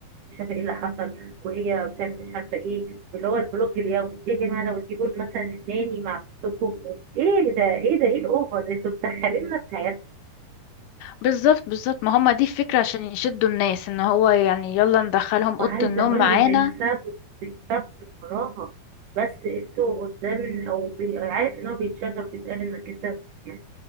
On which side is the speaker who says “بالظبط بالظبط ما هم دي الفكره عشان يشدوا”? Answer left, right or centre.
Left